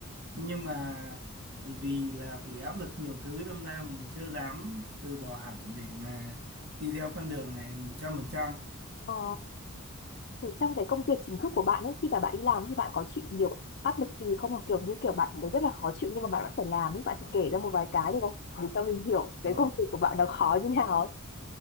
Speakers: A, on the right; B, on the left.
A: thế nhưng mà vì là phải áp lực nhiều thứ đâm ra mình chưa dám từ bỏ hẳn để mà đi theo con đường này một trăm phần trăm
B: Ờ, thì trong cái công việc chính thức của bạn ấy khi mà bạn đi làm thì bạn có chịu nhiều áp lực gì không? Hoặc kiểu như kiểu bạn thấy rất là khó chịu nhưng mà bạn vẫn phải làm ấy, bạn thử kể ra một vài cái được không? Để cho mình hiểu
A: đó
B: cái công việc của bạn nó khó như nào ấy.